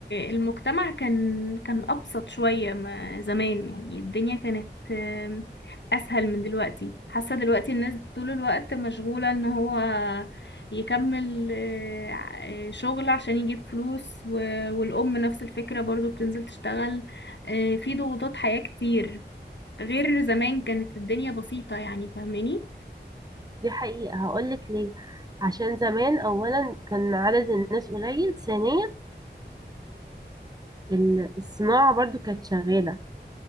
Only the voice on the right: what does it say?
دي حقيقة هقولك ليه عشان زمان أولا كان عدد الناس قليل ثانيا ال- الصناعة برضو كانت شغالة